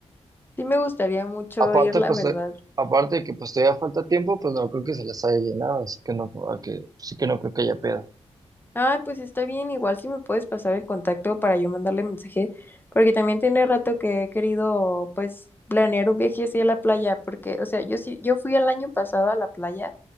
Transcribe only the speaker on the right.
Aparte,
pues,
eh, aparte de que pues todavía falta tiempo, pues no creo que se les haya llenado, así que no, a que, sí que no creo que haya pedo.